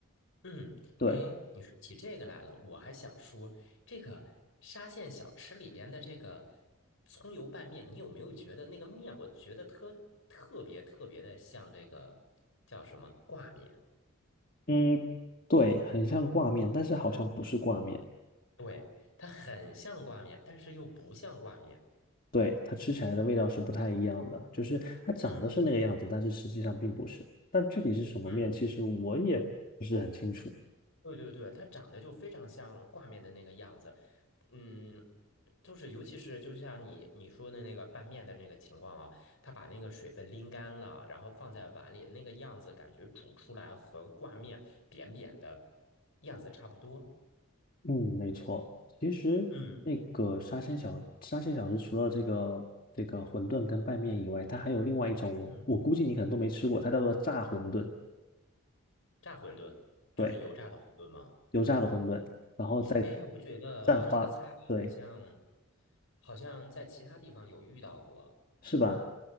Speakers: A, on the left (about 65°); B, on the left (about 40°).
A: 嗯，
B: 对，
A: 哎，你说起这个来了，我还想说，这个沙县小吃里边的这个葱油拌面，你有没有觉得那个面，我觉得特特别特别的像这个叫什么挂面？
B: 嗯，对，很像挂面，但是好像不是挂面。
A: 对，它很像挂面，但是又不像挂面。
B: 对，它吃起来的味道是不太一样的，就是它长得是那个样子，
A: 嗯
B: 但是实际上并不是。但具体是什么面，
A: 嗯。
B: 其实我也不是很清楚。
A: 对对对，它长得就非常像挂面的那个样子，嗯，就是尤其是就像你你说的那个拌面的那个情况啊，它把那个水分拎干了，然后放在碗里，那个样子感觉煮出来和挂面扁扁的样子差不多。
B: 嗯，没错。其实那个沙县小沙县小吃，
A: 嗯
B: 除了这个这个馄饨跟拌面以外，它还有另外一种，我我估计你可能都没吃过，
A: 嗯，
B: 它叫做炸馄饨，
A: 炸馄饨就是油炸的馄饨吗？
B: 对，油炸的馄饨，然后再
A: 哎，我觉得这个菜好像
B: 蘸花，对，
A: 好像在其他地方有遇到过，
B: 是吧？